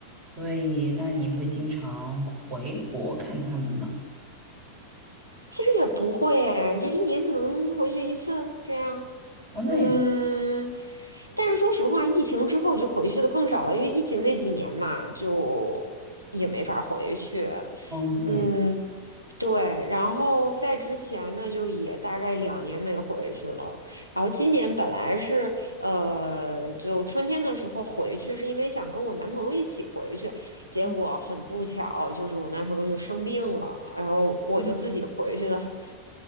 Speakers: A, on the right; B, on the right.
A: 所以那你会经常回国看他们吗？
B: 其实也不会诶就一年可能回去一次这样。
A: 哦，那也
B: 嗯，但是说实话，疫情之后就回去的更少了，因为疫情那几年嘛，就也没法回去。
A: 方便。
B: 嗯，对。然后在之前呢，就也大概两年没回去了。然后今年本来是呃，就春天的时候回去，是因为想跟我男朋友一起回去，结果很不巧，
A: 嗯
B: 就是我男朋友就生病了，然后我就自己回去了。
A: 嗯